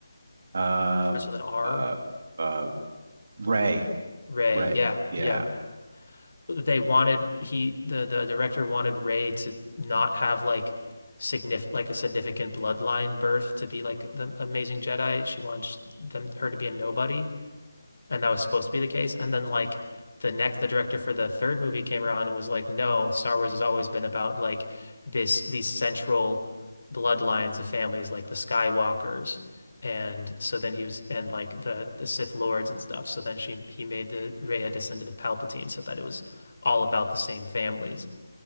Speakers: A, on the right; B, on the left.
A: Uh,
B: Starts with an R.
A: uh, uh, Ray,
B: Ray.
A: Ray.
B: Yeah,
A: Yeah.
B: yeah. they wanted he the the director wanted Rey to not have like significant like a significant bloodline birth to be like the amazing Jedi. She wanted just them her to be a nobody and that was supposed to be the case. And then like the next, the director for the third movie came around and was like, no, Star Wars has always been about like this these central bloodlines of families, like the Skywalkers. And so then he was and like the the Sith Lords and stuff. So then she he made the Rey a descendant of Palpatine, so that it was all about the same families,